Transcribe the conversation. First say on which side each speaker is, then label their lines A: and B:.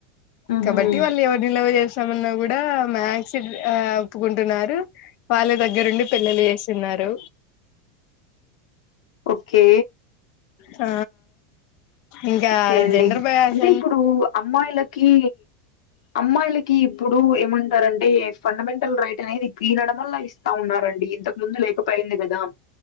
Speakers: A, on the left; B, on the left.
A: మ్మ్
B: కాబట్టి
A: హ్మ్
B: వాళ్ళు ఎవరిని లవ్ చేస్తామన్న కూ డా మాక్స్ ఆ ఒప్పుకుంటున్నారు వాళ్ళె దగ్గరుండి పెళ్లిళ్లు చేసు స్తున్నారు
A: ఓకే
B: ఆ ఇంకా
A: ఓకే అండి
B: జెండర్ బయాస్
A: అంటే ఇప్పుడు అమ్మాయిల కి అమ్మాయిలకి ఇప్పుడు ఏమం టారండీ ఫండమెంటల్ రైట్ అనేది ఈ నడమల్ల ఇస్తా ఉన్నారండి ఇంతకు ముందు లేకపోయింది కదా